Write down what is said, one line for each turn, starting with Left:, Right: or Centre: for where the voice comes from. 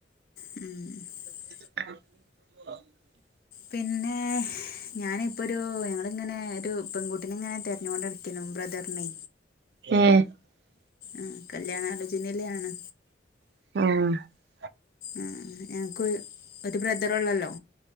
Left: <inaudible>
Right: <inaudible>
Left: പിന്നെ ഞാനിപ്പൊ ഒരു ഞങ്ങളിങ്ങനെ ഒരു പെൺകുട്ടിനെ ഇങ്ങനെ തെര ഞ്ഞോണ്ടിരിക്കിനും ബ്രദർനേ
Right: <inaudible>
Left: ആ കല്യാണലോചനയിലാണ്
Right: <inaudible>
Left: ആ ഞങ്ങക്കോ ഒരു ബ്രദറോള്ളല്ലോ